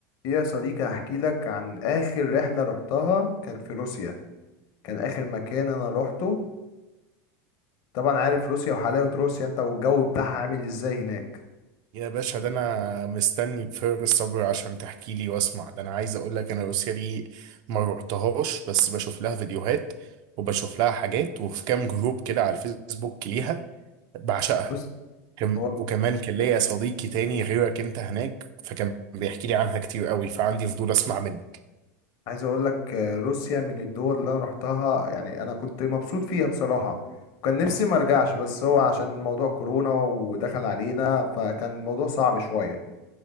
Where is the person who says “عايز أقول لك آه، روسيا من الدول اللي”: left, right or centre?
Left